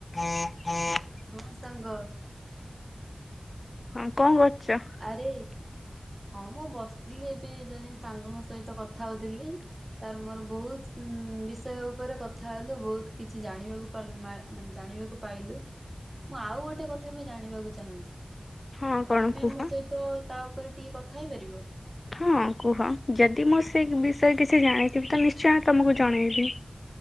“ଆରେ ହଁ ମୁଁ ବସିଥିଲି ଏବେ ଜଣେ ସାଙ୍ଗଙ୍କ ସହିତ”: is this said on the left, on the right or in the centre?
Right